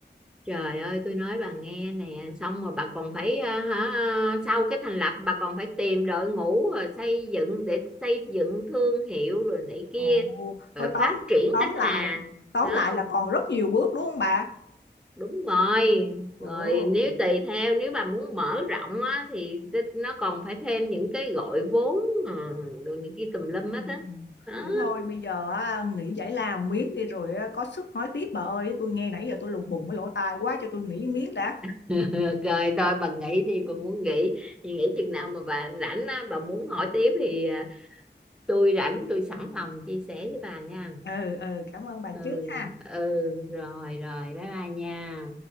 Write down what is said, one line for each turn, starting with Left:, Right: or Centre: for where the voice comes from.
Centre: trời ơi tôi nói bà nghe nè xong rồi bà còn phải ờ, hả ờ, sau cái thành lập bà còn phải tìm đội ngũ rồi xây dựng để xây dựng thương hiệu rồi này kia
Left: Ồ,
Centre: rồi
Left: thôi
Centre: phát
Left: tóm
Centre: triển
Left: tóm
Centre: khách
Left: lại
Centre: hàng
Left: tóm
Centre: đó
Left: lại
Centre: không
Left: là còn rất nhiều bước đúng không bà?
Centre: đúng rồi
Left: Ừ.
Centre: rồi nếu tùy theo nếu bà muốn mở rộng á thì nó còn phải thêm những cái gọi vốn ờ, rồi này kia tùm lum hết
Left: Ừ.
Centre: á đó.
Left: Vậy thôi bây giờ á, nghỉ giải lao miếng đi rồi á, có sức nói tiếp bà ơi tôi nghe nãy giờ tôi lùng bùng cái lỗ tai quá cho tôi nghỉ miếng đã
Centre: <laughs> rồi thôi bà nghỉ đi bà muốn nghỉ thì nghỉ chừng nào mà bà rảnh á bà muốn hỏi tiếp thì à, tôi rảnh tôi sẵn lòng chia sẻ với bà nha
Left: ừ ừ cảm ơn bà
Centre: ừ
Left: trước ha
Centre: ừ rồi rồi bye bye nha